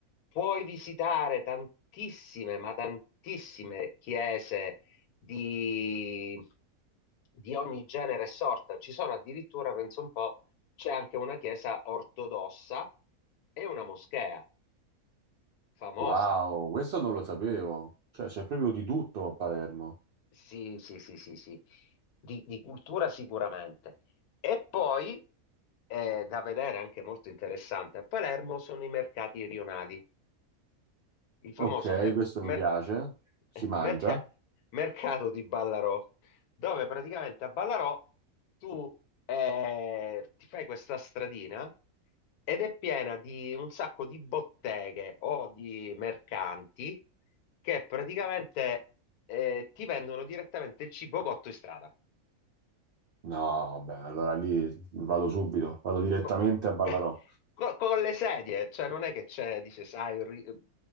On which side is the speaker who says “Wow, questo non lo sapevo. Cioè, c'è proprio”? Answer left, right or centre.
Right